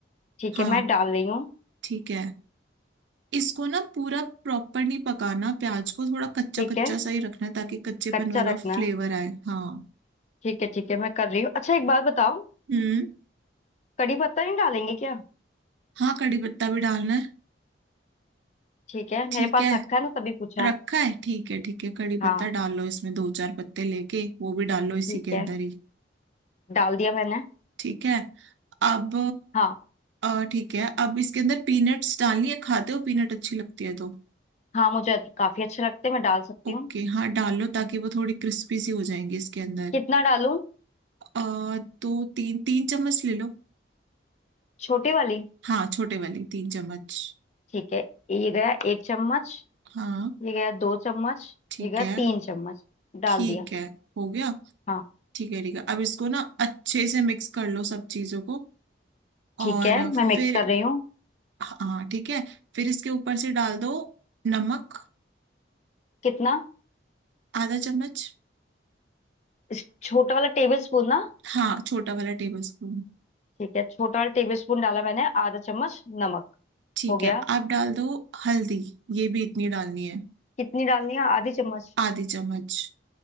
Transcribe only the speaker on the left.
ठीक
है मैं डाल रही हूँ
ठीक
है
कच्चा
रखना
है
ठीक है ठीक है मैं कर रही हूँ अच्छा एक बात बताओ
कड़ी पत्ता नहीं डालेंगे क्या
ठीक है
मेरे पास
रखा है ना तभी पूछा
हाँ
ठीक
है
डाल दिया मैंने
हाँ
हाँ मुझे काफी अच्छे लगते हैं मैं डाल सकती
हूँ
कितना डालूं
छोटी वाली
ठीक है ये गया एक चम्मच
ये गया दो चम्मच
ये गया
तीन चम्मच
डाल दिया
हाँ
ठीक है
मैं मिक्स कर रही हूँ
कितना
इस छोटा वाला टेबल स्पून ना
ठीक है छोटा वाला टेबल स्पून डाला मैंने आधा चम्मच नमक
हो गया
कितनी डालनी है आधी चम्मच